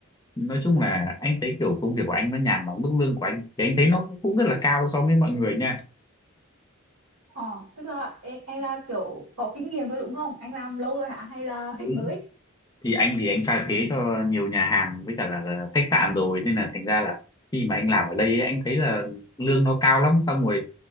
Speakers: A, on the left; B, on the right.
A: nói chung là anh thấy kiểu công việc của anh nó nhàn lắm mức lương của anh thì anh thấy nó cũng rất là cao so với mọi người nha
B: ờ tức là anh là kiểu có kinh nghiệm rồi đúng không anh làm lâu rồi hả hay là
A: Ừ.
B: anh mới
A: thì anh thì anh pha chế cho nhiều nhà hàng với cả là khách sạn rồi nên là thành ra là khi mà anh làm ở đây ấy, anh thấy là lương nó cao lắm xong rồi